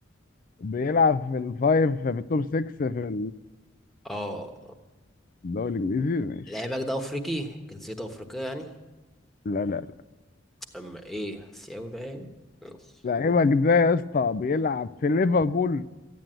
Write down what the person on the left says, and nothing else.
بيلعب في الفايف في التوب 6 في
الدوري الانجليزي ماشي
لا لا
لعيبك ده يا اسطى بيلعب في ليفربول